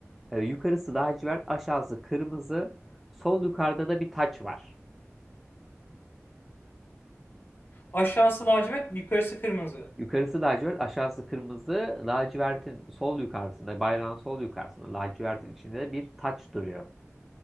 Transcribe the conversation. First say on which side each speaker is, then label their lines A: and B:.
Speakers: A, in the centre; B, on the left.
A: Ee, yukarısı lacivert aşağısı kırmızı. Sol yukarıda da bir taç var.
B: Aşağısı lacivert, yukarısı kırmızı.
A: Yukarısı lacivert, aşağısı kırmızı. Lacivertin sol yukarısında, bayrağın sol yukarısında lacivertin içinde bir taç duruyor.